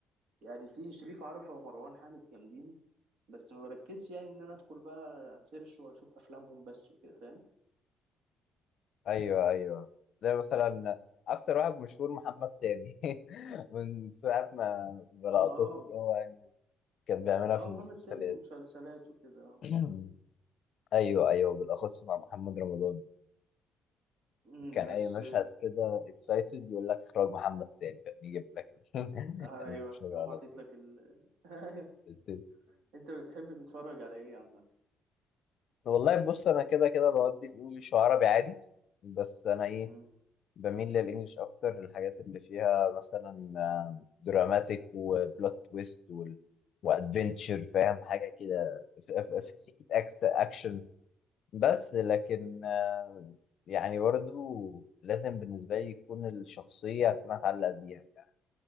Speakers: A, on the right (about 75°); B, on the left (about 50°).
A: يعني في شريف عرفة ومروان حامد جامدين بس ما بركزش يعني إن أنا أدخل بقى سيرش وأشوف أفلامهم بس وكده فاهم
B: ايوه ايوه زي مثلا اكتر واحد مشهور محمد سامي <laughs> من ساعه ما بلقطته
A: أه
B: اللي هو يعني كان بيعملها
A: أه
B: في المسلسلات
A: محمد سامي مسلسلات وكده أه
B: <clears throat> ايوه ايوه بالاخص مع محمد رمضان
A: أمم،
B: كان
A: بس
B: اي مشهد كده اكسايتد يقول لك اخراج محمد سامي كان يجيب لك <laughs>
A: آه، أيوه
B: المشهد
A: يقوم
B: على
A: حاطط لك ال <laughs> أيوه
B: طول
A: أنت بتحب تتفرج على إيه عامة؟
B: والله بص انا كده كده بودي في انجليش وعربي عادي بس انا ايه
A: أمم،
B: بميل للانجليش اكتر الحاجات اللي فيها مثلا آه، دراماتيك وبلوت تويست وال... وادفنتشر فاهم حاجه كده في
A: أمم،
B: في- في سكه أكس اكشن بس لكن آه، يعني برضو لازم بالنسبه لي يكون الشخصيه اكون اتعلق بيها يعني